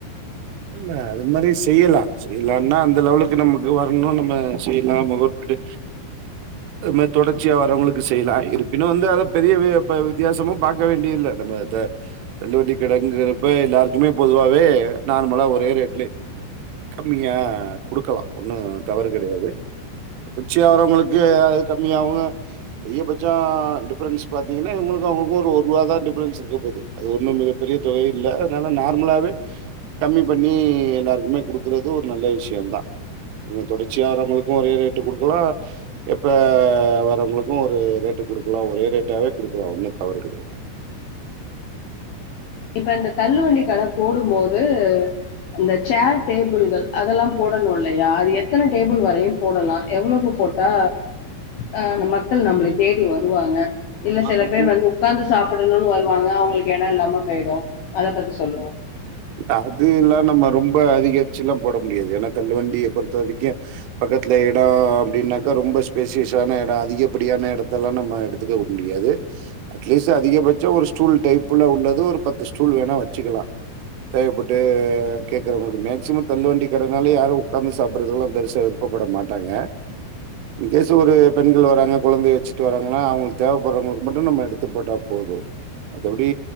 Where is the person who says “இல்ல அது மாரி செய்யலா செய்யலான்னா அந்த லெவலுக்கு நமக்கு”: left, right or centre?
Right